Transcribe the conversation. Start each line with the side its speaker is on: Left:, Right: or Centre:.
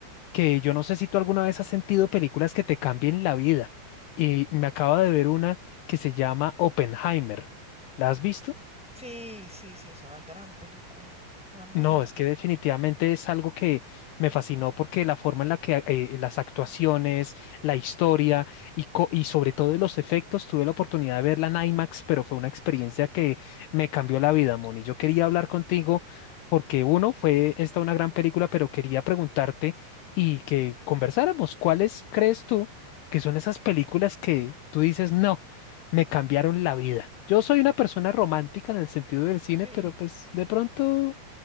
Left: que yo no sé si tú alguna vez has sentido películas que te cambien la vida y me acabo de ver una que se llama Oppenheimer. ¿La has visto?
Centre: Sí, sí, sí, es una gran película, una muy
Left: No,
Centre: buena
Left: es
Centre: película.
Left: que definitivamente es algo que me fascinó porque la forma en la que eh, las actuaciones, la historia y, co- y sobre todo los efectos, tuve la oportunidad de verla en IMAX, pero fue una experiencia que me cambió la vida, Moni. Yo quería hablar contigo porque uno, fue esta una gran película, pero quería preguntarte y que conversáramos, ¿cuáles crees tú que son esas películas que tú dices, no, me cambiaron la vida? Yo soy una persona romántica en el sentido del cine,
Centre: Sí.
Left: pero pues de pronto